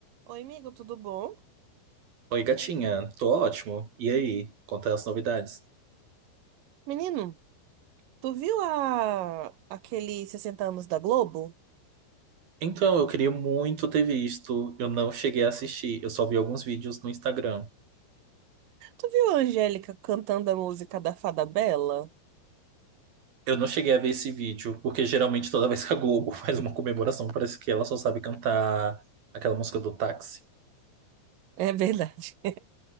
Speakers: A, on the right; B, on the right.
A: Oi, amigo, tudo bom?
B: Oi, gatinha, tô ótimo. E aí, conta as novidades.
A: Menino, tu viu a... aquele 60 anos da Globo?
B: Então, eu queria muito ter visto, eu não cheguei a assistir, eu só vi alguns vídeos no Instagram.
A: Tu viu a Angélica cantando a música da Fada Bela?
B: Eu não cheguei a ver esse vídeo, porque geralmente toda <laughs> vez que a Globo <laughs> faz uma comemoração, parece que ela só sabe cantar aquela música do táxi.
A: É verdade.